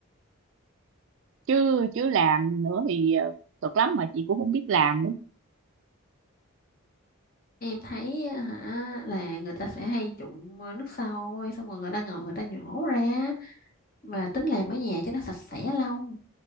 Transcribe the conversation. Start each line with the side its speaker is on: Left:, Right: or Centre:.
Right: chứ chứ làm nữa thì ờ, cực lắm mà chị cũng không biết làm
Left: em thấy á, hả là người ta sẽ hay trụng ờ, nước sôi xong rồi người ta ngồi người ta nhổ ra và tính làm ở nhà cho nó sạch sẽ lông